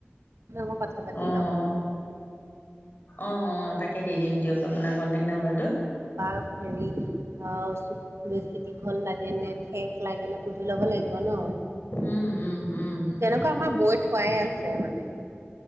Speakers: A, on the right (about 85°); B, on the left (about 45°).
A: মই কথা পাতি
B: অঁ
A: ল'ম
B: অ অ তাকে দি দিম দিয়ক আপোনাৰ কন্টেক্ট নাম্বাৰটো
A: বা হেৰি অ চু বেছি দীঘল লাগে এনে ঠেক লাগে নে সুধি ল'ব লাগিব ন
B: উম উম উম
A: তেনেকুৱা আমাৰ বৈ থোৱাই আছে মানে